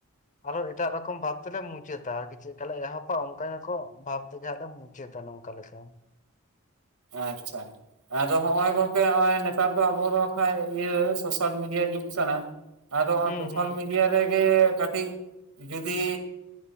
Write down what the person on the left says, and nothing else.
ᱟᱨᱚ ᱮᱴᱟᱜ ᱨᱚᱠᱚᱢ ᱵᱷᱟᱵ ᱛᱮᱞᱮ ᱢᱩᱪᱟᱹᱫᱟ ᱾ ᱟᱨᱠᱤ ᱪᱮᱫ ᱞᱮᱠᱟ ᱞᱮ ᱮᱦᱚᱵᱟ ᱚᱱᱠᱟ ᱭᱟᱠᱚ ᱵᱷᱟᱵ ᱛᱮᱜᱮ ᱦᱟᱜᱞᱮ ᱢᱩᱪᱟ. ᱫᱟ ᱾ ᱡᱮ ᱫᱚ ᱱᱚᱝᱠᱟ ᱞᱮᱠᱟ ᱾
ᱦᱩᱸ
ᱦᱩᱸ